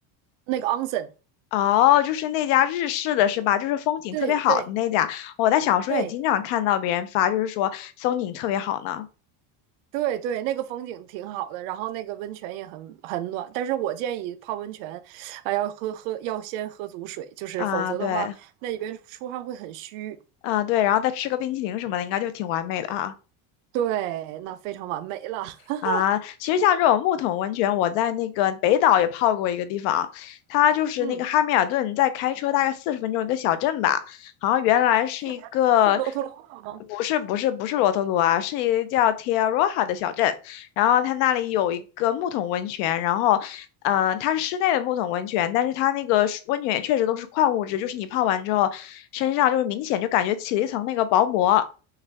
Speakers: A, on the right (about 65°); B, on the left (about 70°).
A: 那个 onsen，
B: 哦，就是那家日式的是吧？就是风景特别好的那家，
A: 对对
B: 我在小说也经常看到别人发，
A: 对
B: 就是说风景特别好呢。
A: 对对，那个风景挺好的，然后那个温泉也很很暖。但是我建议泡温泉，啊、要喝喝要先喝足水，就是否则的话，
B: 啊，对，
A: 那里边出汗会很虚。
B: 啊对，然后再吃个冰淇淋什么的，应该就挺完美的哈、
A: 对，那非常完美了。<laughs>
B: 啊，其实像这种木桶温泉，我在那个北岛也泡过一个地方，它就是那个汉密尔顿，
A: 嗯。
B: 在开车大概四十分钟一个小镇吧，好像原来是一个，
A: 是是罗特罗瓦吗？
B: 不是不是不是罗托鲁啊，是一个叫 t e r r a Roja 的小镇，然后它那里有一个木桶温泉，然后，呃，它是室内的木桶温泉，但是它那个水温泉也确实都是矿物质，就是你泡完之后，身上就是明显就感觉起了一层那个薄膜，